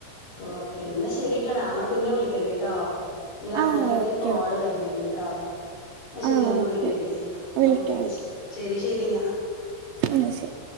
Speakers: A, on the left; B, on the right.
A: ഓക്കെ എന്നാ ശരിട്ടോ ഡാ മ്മ പിന്നെ വിളിക്കട്ടോ ഇതില് അർജന്റ
B: ആ
A: ആയിട്ട്
B: ഓക്കെ
A: ഒരു കോള് വരണണ്ട്ട്ടോ അയ്ശെരി
B: ആ
A: ഞമ്മക്ക്
B: ഓക്കെ
A: വിളിക്ക പിന്നെ
B: വിളിക്കാം
A: ഓക്കേ എന്നാ ശരി ശരി ശരി എന്നാ
B: എന്നാ ശെരി